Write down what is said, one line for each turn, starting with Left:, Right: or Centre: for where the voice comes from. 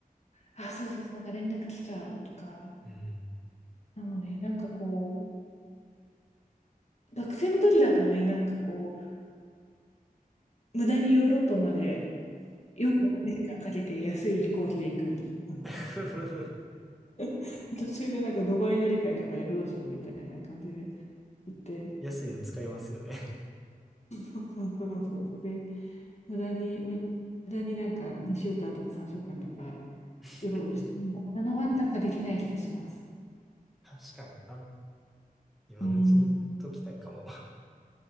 Left: あ、そうそうそう、なんか連絡来ちゃうとか、
Centre: う。うん。
Left: なので、なんかこう、学生の時だとね、なんかこう、無駄にヨーロッパまで48時間かんかけて安い飛行機で行くみたいな。
Centre: <laughs>
Left: <laughs> 途中でなんかドバイ乗り換えとかでどうしようみたいな感じで行って、
Centre: 安いの使いますよね
Left: そうそうそうそうそうで無駄に無駄になんか2週間とか3週間とか
Centre: <laughs>
Left: うろうろしてみたいなのはなんかできない気がします。
Centre: 確かに。あ、今のうちに言っときたいかも。
Left: うん、
Centre: <laughs>